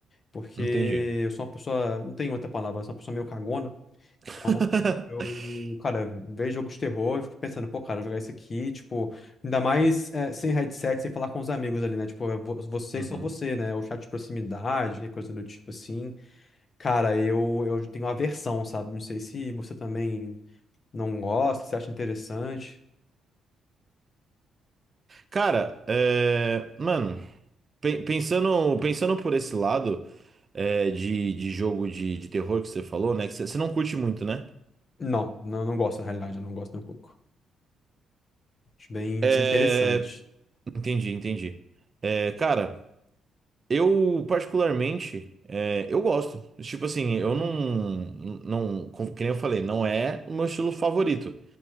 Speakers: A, on the left (about 40°); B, on the right (about 35°).
A: Porque
B: entendi.
A: eu sou uma pessoa, não tem outra palavra, eu sou uma pessoa meio cagona.
B: <laughs>
A: Então, eu, cara, vejo jogo de terror e fico pensando, pô, cara, jogar isso aqui, tipo, ainda mais eh, sem headset, sem falar com os amigos ali, né? Tipo, é vo- você
B: Uhum.
A: e só você, né? Ou chat de proximidade, que coisa do tipo assim. Cara, eu, eu tenho aversão, sabe? Não sei se você também não gosta, se acha interessante.
B: Cara, é, mano, pe- pensando, pensando por esse lado é, de, de jogo de, de terror que você falou, né? Que você você não curte muito, né?
A: Não, não, não gosto, na realidade, eu não gosto nem um pouco. Acho bem
B: É,
A: desinteressante.
B: entendi, entendi. É, cara, eu particularmente, é, eu gosto. Tipo assim, eu
A: Uhum.
B: não, não, como- que nem eu falei, não é o meu estilo favorito.